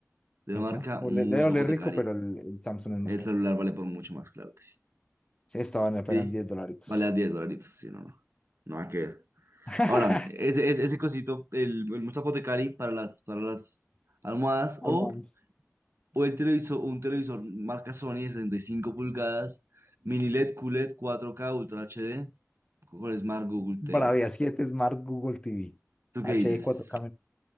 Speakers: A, on the right; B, on the left.
A: de la
B: Epa,
A: marca
B: ole-
A: Mus
B: debe oler
A: Apothecary.
B: rico, pero el, el Samsung es más
A: El
B: caro.
A: celular vale por mucho más, claro que sí.
B: Sí, estaban apenas
A: Sí,
B: diez dolaritos.
A: vale a 10 dolaritos, sí, no, no. Nada que ver.
B: <laughs>
A: Ahora, ese, ese, ese cosito, el, el Mus Apothecary para las, para las almohadas
B: Almohadas.
A: o, o el televisor, un televisor marca Sony de 65 pulgadas, mini LED, QLED, cuatro k Ultra HD, con Smart Google
B: Bravia
A: TV.
B: 7 Smart Google TV
A: ¿Tú qué
B: HD
A: dices?
B: 4K